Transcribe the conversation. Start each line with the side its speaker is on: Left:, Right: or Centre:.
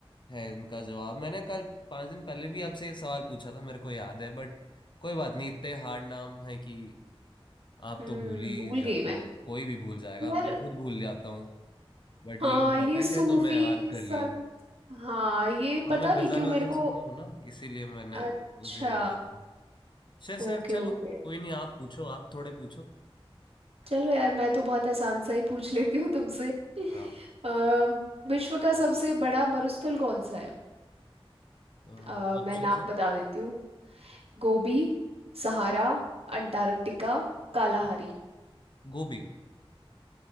Left: है इनका जवाब मैंने कल पांच दिन पहले भी आपसे ये सवाल पूछा था मेरे को याद है बट कोई बात नहीं इतने हार्ड नाम है कि आप
Right: हम्म
Left: तो भूल ही
Right: भूल
Left: जाते
Right: गई मैं
Left: हो कोई भी भूल जाएगा
Right: यार
Left: मैं खुद भूल जाता हूँ बट
Right: हाँ
Left: ये इम्पोर्टेंट
Right: ये सूफी
Left: है तो मैं याद कर
Right: संत
Left: लिया
Right: हाँ ये
Left: थोड़ा
Right: पता
Left: मैं
Right: नहीं
Left: गजल
Right: क्यों मेरे
Left: वजल सुनती
Right: को
Left: हूँ ना इसीलिए मैंने
Right: अच्छा
Left: मुझे याद सर
Right: Okay
Left: सर चलो
Right: okay
Left: कोई नहीं आप पूछो आप थोड़े पूछो
Right: चलो यार मैं तो बहुत आसान सा ही पूछ लेती हूँ तुमसे <laughs>
Left: हाँ
Right: अ, विश्व का सबसे बड़ा मरुस्थल कौन सा है
Left: ऑप्शन
Right: अ, मैं नाम
Left: है
Right: बता देती हूँ Gobi Sahara Antarctica Kalahari
Left: गोभी